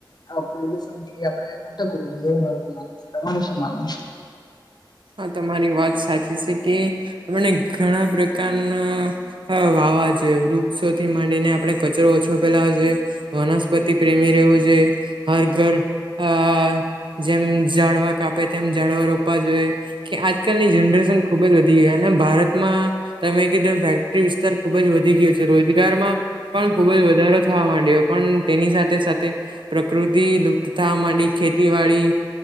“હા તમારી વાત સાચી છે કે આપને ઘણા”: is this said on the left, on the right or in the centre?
Right